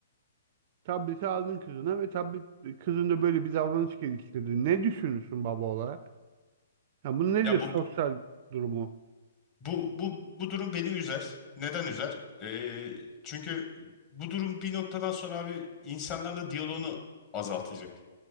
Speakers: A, on the right; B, on the left.
A: Tableti aldın kızına ve tablet kızın da böyle bir davranış geliştirdi. Ne düşünürsün baba olarak? Ya bunu nedir
B: Ya
A: sosyal
B: bu
A: durumu?
B: Bu, bu, bu durum beni üzer. Neden üzer? Ee, çünkü bu durum bir noktadan sonra abi insanlarla diyaloğunu azaltacak.